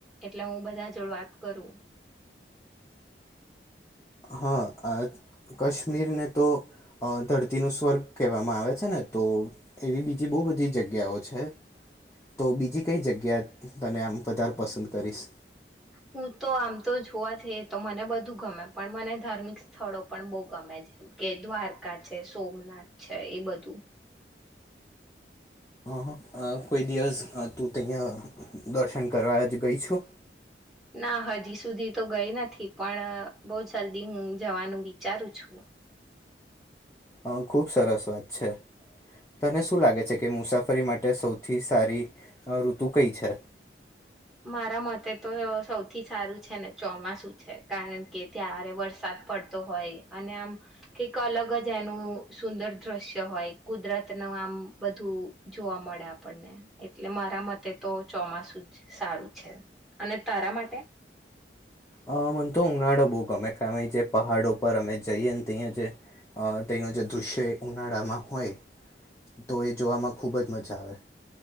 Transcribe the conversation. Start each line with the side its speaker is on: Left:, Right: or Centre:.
Centre: એટલે હું બધા જોડે વાત કરું
Left: હા કાશ્મીરને તો ધરતીનું સ્વર્ગ કહેવામાં આવે છે ને તો એવી બીજી બહુ બધી જગ્યાઓ છે તો બીજી કઈ જગ્યા તને આમ વધારે પસંદ કરીશ?
Centre: હું તો આમ તો જોવા જઈએ તો મને બધું ગમે પણ મને ધાર્મિક સ્થળો પણ બહુ ગમે જેમ કે દ્વારકા છે સોમનાથ છે એ બધું
Left: હ કોઈ દિવસ તું તંયા દર્શન કરવા જ ગઈ છું
Centre: ના હજી સુધી તો ગઈ નથી પણ બહ જલ્દી હું જવાનું વિચારું છું
Left: અ ખુબ સરસ વાત છે તને શું લાગે છે કે મુસાફરી માટે સૌથી સારી ઋતુ કઈ છે?
Centre: મારા મતે તો સૌથી સારું છે ને ચોમાસું છે કારણ કે ત્યારે વરસાદ પડતો હોય અને આમ કઈક અલગ જ એનું સુંદર દ્રશ્ય હોય કુદરત ન આમ બધું જોવા મળે આપણને એટલે મારા મતે તો ચોમાસું જ સારું છે અને તારા માટે
Left: અ મને તો ઉનાળો બહુ ગમે કે અમે જે પહાડો પર અમે જઈએ ને ત્યાં જે તેનો જે દૃશ્ય ઉનાળામાં હોય તો એ જોવામાં ખુબ જ મજા આવે